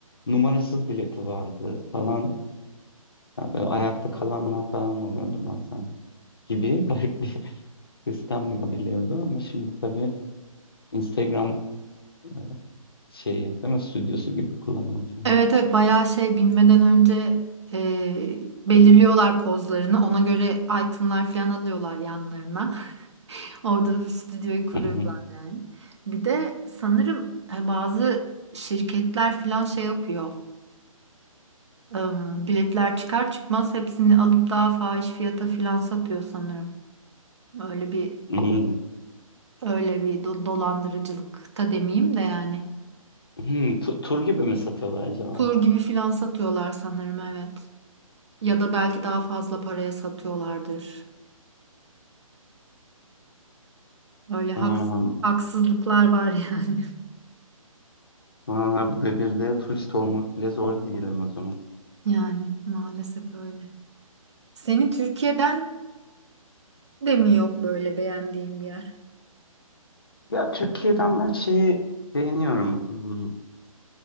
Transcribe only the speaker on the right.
Evet evet bayağı şey binmeden önce e, belirliyorlar pozlarını. Ona göre itemlar falan alıyorlar yanlarına. <laughs> Orada da stüdyoyu kuruyorlar
yani. Bir de sanırım e, bazı şirketler falan şey yapıyor. Ee, biletler çıkar çıkmaz hepsini alıp daha fahiş fiyata filan satıyor sanırım. Öyle bir
öyle bir do- dolandırıcılıkta demeyeyim de yani.
Tur gibi filan satıyorlar sanırım evet. Ya da belki daha fazla paraya satıyorlardır. Öyle haksız,
haksızlıklar var yani. <laughs>
Yani maalesef öyle. Seni Türkiye'den de mi yok böyle beğendiğin bir yer?